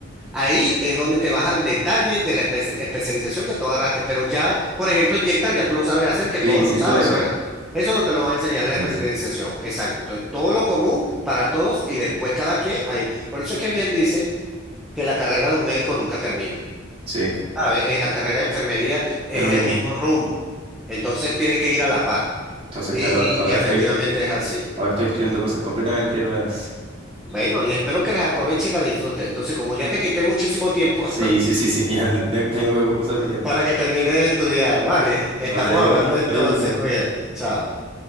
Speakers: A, in the centre; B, on the right.
A: Ahí es donde te vas al detalle de la espe- especialización que tú agarraste. Pero ya, por ejemplo, inyectar, ya tú lo sabes hacer, que todos
B: sí, sí,
A: lo saben,
B: todo eso.
A: imagínate. Eso no te lo va a enseñar en la
B: Mm,
A: especialización. Exacto. Entonces, todo lo común para todos y después cada quien ahí. Por eso es que bien dicen que la carrera de un médico nunca termina.
B: sí,
A: ¿Sabes? Eh, La carrera de enfermería es
B: es lo mismo.
A: el mismo rumbo. Entonces, tienen que ir a la par.
B: Entonces,
A: Y,
B: claro,
A: y,
B: ahora
A: y efectivamente
B: estoy,
A: es así.
B: ahora estoy estudiando cosas completamente nuevas.
A: Bueno, y espero que las aproveche y las disfrute. Entonces, como ya te quité muchísimo tiempo.
B: Sí, sí, sí, sí, <laughs> ya te- tengo que usar mi tiempo.
A: para que termine de estudiar. Vale,
B: Vale,
A: estamos
B: adiós,
A: hablando entonces,
B: adiós, Wilmer.
A: cuídate, chao.